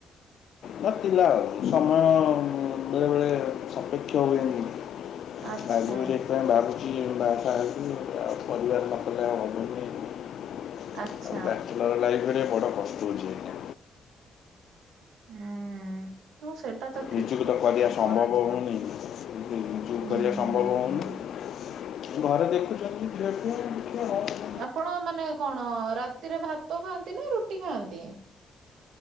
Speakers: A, on the left (about 65°); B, on the right (about 80°).
A: ନ ଥିଲା ଆଉ ସମୟ ବେଳେ ବେଳେ। ସପେକ୍ଷ ହୁଏ ନି ଆଗ
B: ଆଚ୍ଛା
A: ସେଥିପାଇଁ ମୁଁ ଭାବୁଚି ବା ସାଆ ହେବି ପରିବାର ନକଲେ ଆଉ ହବନି। ଆଉ
B: ଆଚ୍ଛା
A: ବ୍ୟାଚେଲର ଲାଇଫ୍ ରେ ବଡ ପ୍ରସ୍ତଉଚି ଏଇନା।
B: ହୁଁ। ହଁ ସେଟା ତ ଠିକ
A: ନିଯକୁ
B: କଥା
A: ତ କରିବା
B: କଣ
A: ସମ୍ଭବ
B: କରାଯିବ
A: ହଉନି କିନ୍ତୁ ନିଯୁକୁ
B: ହୁଁ।
A: କରିବା ସମ୍ଭବ ହଉନି। ଘରେ ଦେଖଛନ୍ତି ଝିଅ ଫିଅ ଦେଖୀବା ଘରେ
B: ଆପଣ ମାନେ କଣ ରାତିରେ ଭାତ ଖାଆନ୍ତି ନା ରୁଟି ଖାଆନ୍ତି।